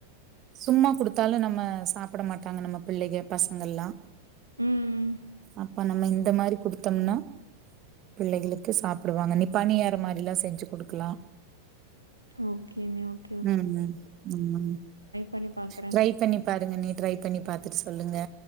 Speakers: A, on the right; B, on the right.
A: சும்மா குடுத்தாலு நம்ம சாப்ட மாட்டாங்க நம்ம பிள்ளைக பசங்கல்லா
B: ம்
A: அப்ப நம்ம இந்த மாரி குடுத்தோம்னா பிள்ளைகளுக்கு சாப்டுவாங்க நீ பணியாற மாரில்லா செஞ்சு குடுக்கலா
B: ஓகே ஒகே
A: உம் உம்
B: பண்ணி பாக்குறே
A: ட்ரை பண்ணி பாருங்க நீ ட்ரை பண்ணி பாத்துட்டு சொல்லுங்க